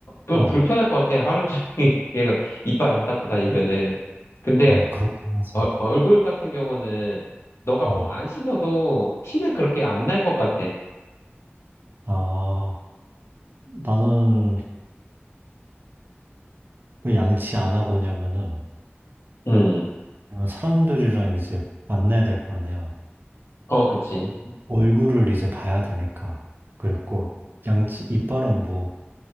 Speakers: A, on the left; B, on the right.
A: 좀
B: 어.
A: 불편할 것 같아요. 하루 종일 <laughs> 계속 이빨 안 닦고 다니면은. 근데
B: 어, 그렇긴 하지.
A: 어- 얼굴 같은 경우는 너가
B: 어,
A: 뭐 안 씻어도 티는 그렇게 안 날 것 같아.
B: 아, 나는 왜 양치 안 하고 오냐면은,
A: 음,
B: 왜냐면 사람들이랑 이제 만나야 될 거 아니야.
A: 어, 그치.
B: 얼굴을 이제 봐야 되니까. 그랬고, 양치, 이빨은 뭐,